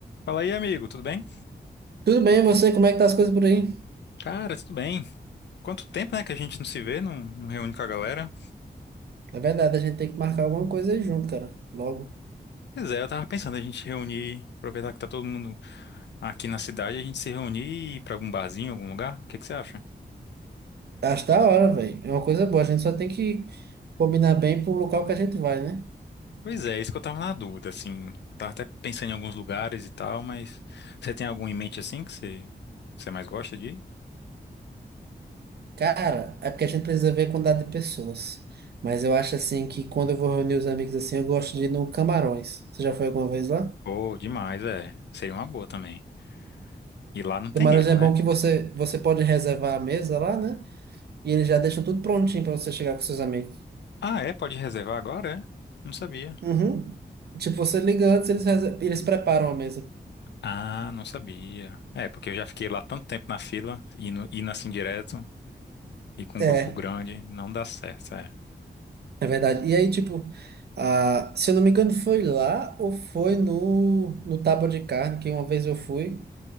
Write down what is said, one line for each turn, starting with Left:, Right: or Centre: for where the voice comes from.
Left: Fala aí, amigo, tudo bem?
Right: Tudo bem, e você? Como é que tá as coisas por aí?
Left: Cara, tudo bem. Quanto tempo, né, que a gente não se vê, não, não reúne com a galera?
Right: É verdade, a gente tem que marcar alguma coisa aí junto, cara. Logo.
Left: Pois é, eu tava pensando a gente reunir, aproveitar que tá todo mundo aqui na cidade, a gente se reunir e ir pra algum barzinho, algum lugar? O que que você acha?
Right: Tá, Acho da hora, velho. É uma coisa boa. A gente só tem que combinar bem pro local que a gente vai, né?
Left: Pois é, isso que eu tava na dúvida, assim. Eu tava até pensando em alguns lugares e tal, mas você tem algum em mente, assim, que você, que você mais gosta de ir?
Right: Cara, é porque a gente precisa ver a quantidade de pessoas. Mas eu acho assim que quando eu vou reunir os amigos assim, eu gosto de ir no Camarões. Você já foi alguma vez lá?
Left: Pô, demais, é. Seria uma boa também. E lá não tem
Right: Camarões
Left: erro,
Right: é
Left: né?
Right: bom que você, você pode reservar a mesa lá, né? E eles já deixam tudo prontinho pra você chegar com seus amigos.
Left: Ah, é? Pode reservar agora, é? Não sabia.
Right: Uhum. Tipo, você liga antes, eles, reser- eles preparam a mesa.
Left: Ah, não sabia. É, porque eu já fiquei lá tanto tempo na fila, indo, indo assim direto, e com
Right: É.
Left: um grupo grande, não dá certo, é.
Right: É verdade. E aí, tipo, ah, se eu não me engano, foi lá ou foi no, no Tábua de Carne, que uma vez eu fui